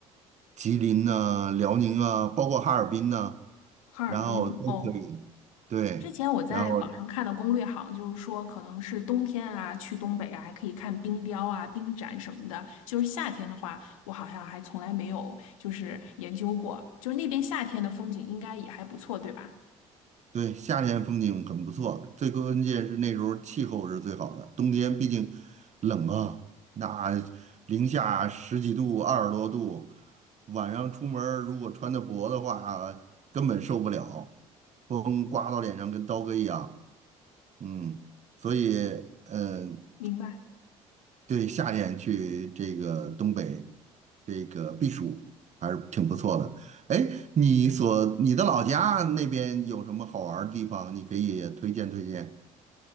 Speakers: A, on the right (about 45°); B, on the left (about 80°).
A: 吉林呐、辽宁啊，包括哈尔滨呐、
B: 哈尔滨。
A: 然后都可以，
B: 哦。
A: 对，
B: 之前我在网上看的攻略，
A: 然后。
B: 好像就是说，可能是冬天啊，去东北啊，还可以看冰雕啊、冰展什么的。就是夏天的话，我好像还从来没有就是研究过，就是那边夏天的风景应该也还不错，对吧？
A: 对，夏天风景很不错，最关键是那时候气候是最好的。冬天毕竟冷啊，那零下十几度、二十多度，晚上出门儿如果穿的薄的话，根本受不了，风刮到脸上跟刀割一样。嗯，所以，嗯、
B: 明白。
A: 对，夏天去这个东北这个避暑还是挺不错的。哎，你所你的老家那边有什么好玩儿的地方？你可以也推荐推荐。